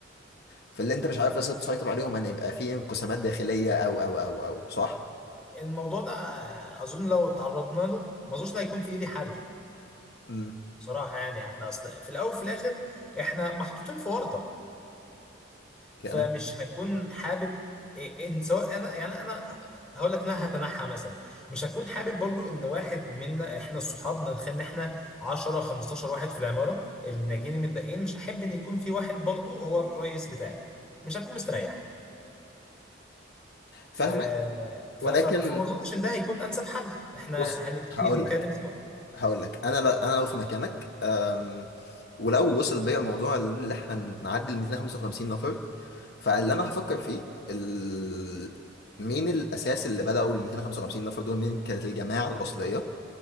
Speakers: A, on the left; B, in the centre.
A: في اللي انت مش عارف مثلا تسيطر عليهم ان يبقى في انقسامات داخليه او او او او صح
B: الموضوع ده اظن لو تعرضنا له ما اظنش إن هيكون في ايدي حل
A: امم
B: صراحه يعني احنا اصلا في الاول وفي الاخر احنا محطوطين في ورطه فمش
A: كلام
B: هكون حابب إيه- ان سواء انا يعني انا هقول لك إن انا هتنحى مثلا مش هكون حابب برضو ان واحد منا احنا الصحاب نتخيل ان احنا 10 15 واحد في العماره الناجين المتبقيين مش هحب ان يكون في واحد برضو هو الرئيس بتاعي مش هكون مستريح
A: فاهمك
B: ف... ف...
A: ولكن
B: ف... فما اظنش ان ده هيكون انسب حل احنا
A: بص
B: هنبتدي
A: هقول
B: نتكلم
A: لك
B: سوا
A: هقول لك انا لو انا لو في مكانك أم، ولو وصل بيا الموضوع اللي احنا هنعدي ال 255 نفر فاللي انا هفكر فيه ال... مين الاساس اللي بداوا ال 255 نفر دول مين كانت الجماعه الاصليه